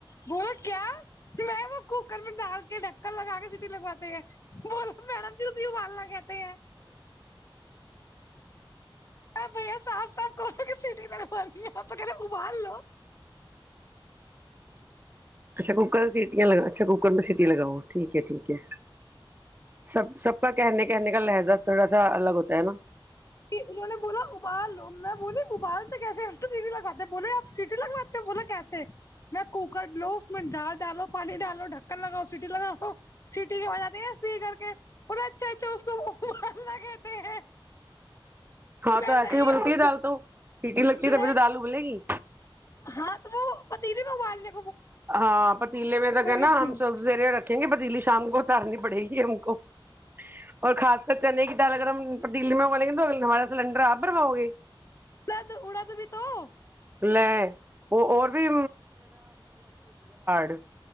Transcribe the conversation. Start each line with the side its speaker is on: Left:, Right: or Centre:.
Left: بولو کیا وہ کوکر میں ڈال کے ڈکر لگا کے سٹی لگواتے ہیں بولو میڈم جی بھی ابالنا کہتے ہیں ا بھیا صاف صاف کو سٹی لڑونی ہے بغیر ابال لو
Right: اچھا کوکر سیٹ لا اچھاک کر میں سیٹی لگاؤ ٹھیک ہے ٹھیک ہے سب سب کا کہنے کہنے کا لہجہ تھوڑا سا الگ ہوتا ہے نا
Left: انوں نے بولا ابال لو میں بوول ابالتے کیسے سٹی لگاتے بولے آپ سیٹی لگواتے بوللا کیسے میں کوکر لو اس میں ڈال ڈالو پانی ڈالو ڈھکن لگاؤ سیٹی لگاو سیٹی کے آ سی کر کے <unintelligible> پ اچھا اچھا اس کو لہ کہتے ہیں
Right: ہاں
Left: میں
Right: تو ایسے
Left: نہیں
Right: ہی بولتی
Left: ہم اس
Right: ہے
Left: کو
Right: دال تو سیٹی لگتی تبھی
Left: میں
Right: توال بل گی
Left: ہاں تو وہ پتیلے موائالنے
Right: ہاں پتیلے وغیرہ میں نا
Left: نہیں
Right: ہم سبزی وغیرہ رکھیں گے <inaudible> ڈیلی شام کو ارنی پڑے گی ہم کو اور خاص کر چنئی کی دال اگر ہم دلی میںا لیں گے تو ہمارا سلینڈر آپ <inaudible> برواؤ گے <inaudible>
Left: اا اڑااز بھی تو <inaudible>
Right: لے وہ اور بھی بند